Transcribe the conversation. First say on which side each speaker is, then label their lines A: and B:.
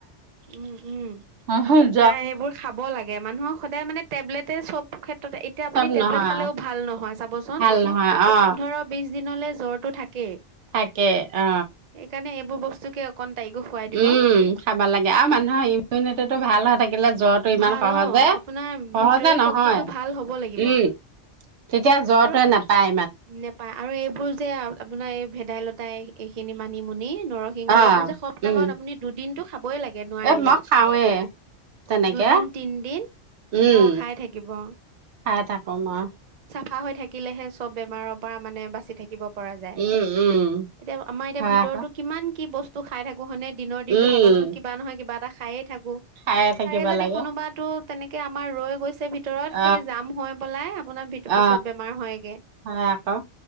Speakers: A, on the right (about 50°); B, on the right (about 70°).
A: উম- উম
B: অহ',
A: নাই এইবোৰ খাব লাগে মানুহক সদায় মানে টেবলেটে চব ক্ষে ক্ষেত্ৰতে এতিয়া আপুনি
B: চব
A: টেবলেট
B: নহয়
A: খালেও ভাল নহয় চাবচোন
B: ভাল নহয় অ।
A: পোন্ধৰ বিছ দিনলে জ্বৰটো থাক কেই
B: থাকে অ
A: সেইকাৰণে এইবোৰ বস্তুকে অকণ তাইকো খুৱাই দিব
B: উম, খাবা লাগে আৰু মানুহৰ ইমিউনিতিটো ভাল হৈ থাকে থাকিলে জ্বৰটো ইমান
A: ভাল
B: সহজে-
A: অ আপোনাৰ
B: সহজে
A: ভিতৰি
B: নহয়,
A: শক্তিটো ভাল হ'ব লাগিব
B: উম। তেতিয়া জ্বৰটোৱে
A: আৰু
B: নেপায়।
A: নেপায় আৰু এইবোৰ যে আপোনাৰ এই ভেদাইলতাই এইখিনি মানিমুনি নি নৰসিংহ
B: অ
A: এইবোৰ যে সপ্তাহত
B: উম
A: আপুনি দুদিনটো খাবই লাগে নোৱাৰিলেও।
B: এ মই খাওঁৱে তেনেকে
A: দুদিন- তিনদিন
B: উম
A: অহ খাই থাকিব।
B: খাই থাকো মই।
A: ফা হৈ থাকিলেহে চব বেমাৰৰ পৰা মানে বাচি থাকিব পৰা যাই,
B: উম উম
A: এতিয়া আমাৰ এতিয়া
B: হয়
A: ভিতৰতো
B: আকৌ
A: কিমান কি বস্তু খাই থাক কোহনে দিনৰ দিনটো
B: উম
A: ভাবক চোন কিবা নহয় কিবা এটা খায়ে থাকো
B: খায়ে থাকিব
A: তাৰে যদি
B: লাগে
A: কোনোবাতো তেনেকে আমাৰ ৰৈ গৈছে ভিতৰত
B: অ
A: সেই জাম হৈ পেলাই আপোনাৰ
B: অ
A: পিছত বেমাৰ হয়গে।
B: হয়, আকৌ